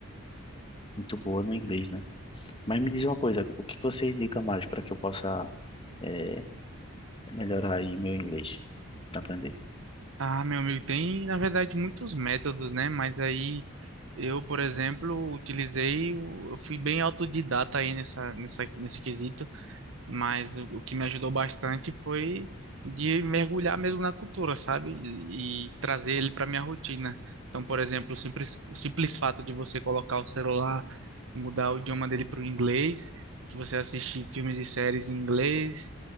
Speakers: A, on the left; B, on the right.
A: muito boa no inglês, né? Mas me diz uma coisa, o que que você indica mais para que eu possa é, é melhorar aí meu inglês para aprender.
B: Ah, meu amigo, tem na verdade muitos métodos, né? Mas aí eu, por exemplo, utilizei, o- eu fui bem autodidata aí nessa, nessa, nesse quesito, mas o, o que me ajudou bastante foi de mergulhar mesmo na cultura, sabe? E, e trazer ele para minha rotina. Então, por exemplo, o simples, o simples fato de você colocar o celular, mudar o idioma dele para o inglês, de você assistir filmes e séries em inglês,